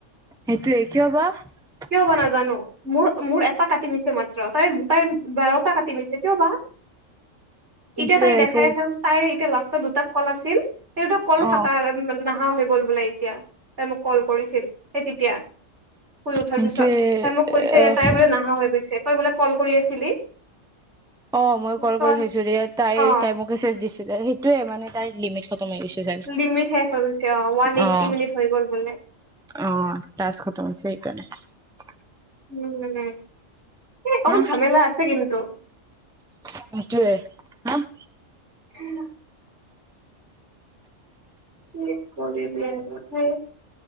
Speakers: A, in the centre; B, on the right.
A: সেইটোৱে কি হ'ব?
B: কিয় বা নাজানো মোৰ মোৰ এটা কাটি নিছে মাত্ৰ তাই দু তাই বাৰটা কাটি নিছে কিয় বা?
A: সেইটোৱে
B: এতিয়া তাই দেখাই
A: কি
B: আছে তাই এতিয়া লাষ্ট। দুটা কল আছিল। সেইটো কল
A: অ
B: কটা নাহা হৈ। গ'ল বোলে এতিয়া, তাই মোক কল কৰিছিল। সেই তেতিয়া। শুই উঠাৰ
A: সেইটোৱে
B: পিছত, তাই মোক কৈছে
A: আহ
B: তাই বোলে নাহা হৈ গৈছে কই বোলে কল কৰি আছিলি।
A: অ, মই কল
B: তই
A: কৰি থৈছো সেয়া তাই
B: অ
A: তাই মোক মেছেজ দিছে। সেইটোয়ে মানে তাৰ লিমিট। খতম হৈ গৈছে চ
B: লিমিট শেষ হৈ গৈছে অ ওৱান এইট্টি
A: আহ
B: মিনিট হৈ গ'ল বোলে
A: আহ তাছ খতম হৈছে সেইকাৰণে <unintelligible>
B: উম, এই অকল
A: হা
B: ঝামেলা আছে কিন্তু।
A: সেটোৱে আহ।
B: উম। কি কৰিবি আৰু।